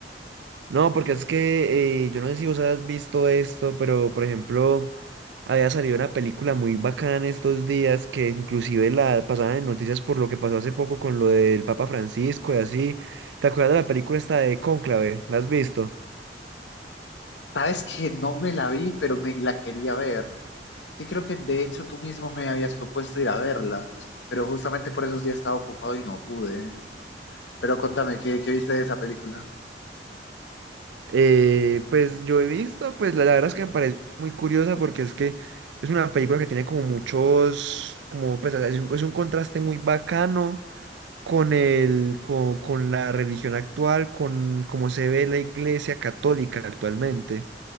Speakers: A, on the right; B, on the left.
A: No, porque es que eh, yo no sé si vos has visto esto, pero por ejemplo, había salido una película muy bacana en estos días que inclusive la pasaban en noticias por lo que pasó hace poco con lo del Papa Francisco y así. ¿Te acuerdas de la película esta de Cónclave? ¿La has visto?
B: Sabes que no me la vi, pero me la quería ver. Sí, creo que de hecho tú mismo me habías propuesto ir a verla, pero justamente por esos días estaba ocupado y no pude. Pero contame, ¿qué, qué viste de esa película?
A: Eh, pues yo he visto, pues la, la verdad es que me parece muy curiosa porque es que es una película que tiene como muchos, como pues es un, es un contraste muy bacano con el, con, con la religión actual, con cómo se ve la iglesia católica actualmente.